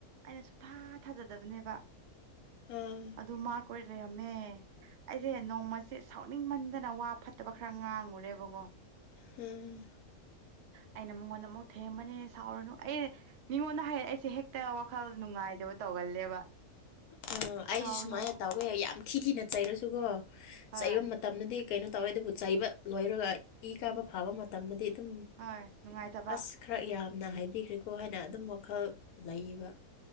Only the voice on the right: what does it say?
ꯑꯩꯅ ꯁꯨꯡꯊꯥ ꯊꯥꯖꯗꯕꯅꯦꯕ
ꯑꯗꯨ ꯃꯥ ꯀꯣꯏ ꯂꯩꯔꯝꯃꯦ ꯑꯩꯁꯦ ꯅꯣꯡꯃꯁꯦ ꯁꯥꯎꯅꯤꯡꯃꯟꯗꯅ ꯋꯥ ꯐꯠꯇꯕ ꯈꯔ ꯉꯥꯡꯉꯨꯔꯦꯕꯀꯣ
ꯑꯩꯅ ꯃꯉꯣꯟꯗ ꯑꯃꯨꯛ ꯊꯦꯝꯕꯅꯦ ꯁꯥꯎꯔꯅꯨ ꯑꯩ ꯃꯤꯉꯣꯟꯗ ꯍꯥꯏꯔꯛ ꯑꯩꯁꯦ ꯍꯦꯛꯇ ꯋꯥꯈꯜ ꯅꯨꯡꯉꯥꯏꯗꯕ ꯇꯧꯒꯜꯂꯦꯕ
ꯁꯥꯎꯔꯅꯨ
ꯍꯣꯏ
ꯍꯣꯏ ꯅꯨꯡꯉꯥꯏꯇꯕ